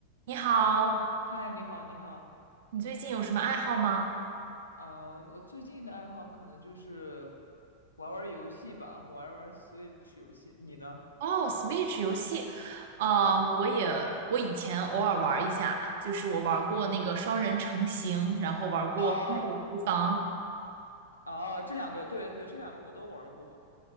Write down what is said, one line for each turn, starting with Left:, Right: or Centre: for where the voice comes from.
Right: 你好，
Left: 嗯，嗨，你好，你好。
Right: 你最近有什么爱好吗？
Left: 呃，我最近的爱好可能就是玩玩游戏吧，玩玩 Switch 游戏。你呢？
Right: 哦，Switch 游戏，呃，
Left: 嗯，
Right: 我也我以前偶尔玩一下，就是我玩过那个双人成行，然后玩过分手厨房，
Left: 哦哦，这两个，对对，这两个我都玩过，